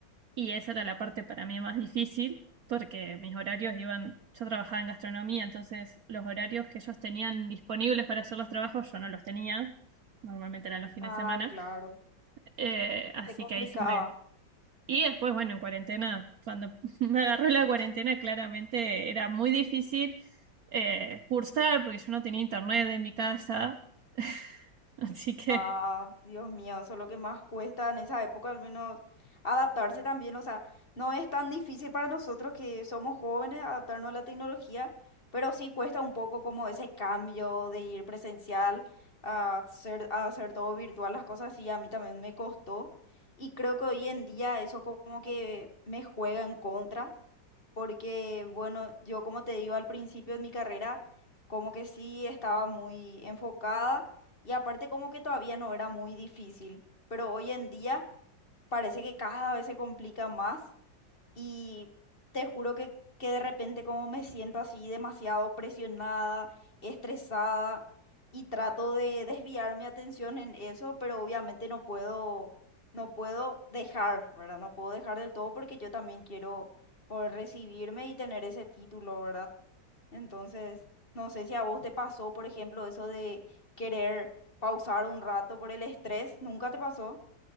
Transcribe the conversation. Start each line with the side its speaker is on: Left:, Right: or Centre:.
Right: Y esa era la parte para mí más difícil, porque mis horarios iban, yo trabajaba en gastronomía, entonces los horarios que ellos tenían disponibles para hacer los trabajos yo no los tenía, normalmente eran los fines
Left: Ah,
Right: de semana,
Left: claro,
Right: Eh, así
Left: se complicaba.
Right: que ahí se me, y después, bueno, en cuarentena, cuando <laughs> me agarró la cuarentena, claramente era muy difícil eh, cursar porque yo no tenía internet en mi casa. <laughs> Así que
Left: Ah, Dios mío, eso es lo que más cuesta en esa época, al menos adaptarse también. O sea, no es tan difícil para nosotros que somos jóvenes adaptarnos a la tecnología, pero sí cuesta un poco como ese cambio de ir presencial a hacer, a hacer todo virtual, las cosas así, a mí también me costó. Y creo que hoy en día eso como que me juega en contra, porque bueno, yo como te digo al principio de mi carrera, como que sí estaba muy enfocada y aparte como que todavía no era muy difícil, pero hoy en día parece que cada vez se complica más y te juro que, que de repente como me siento así demasiado presionada, estresada y trato de desviar mi atención en eso, pero obviamente no puedo, no puedo dejar, ¿verdad? No puedo dejar del todo porque yo también quiero poder recibirme y tener ese título, ¿verdad? Entonces, no sé si a vos te pasó, por ejemplo, eso de querer pausar un rato por el estrés, ¿nunca te pasó?